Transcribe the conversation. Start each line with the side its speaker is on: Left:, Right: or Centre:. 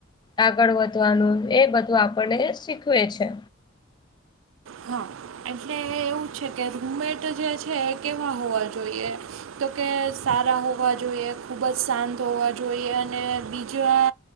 Left: આગળ વધવાનું એ બધું આપણને શીખવે છે.
Right: હા એટલે એવું છે કે રૂમેટ જે છે કેવા હોવા જોઈએ. તો કે સારા હોવા જોઈએ ખૂબ જ શાંત હોવા જોઈએ અને બીજા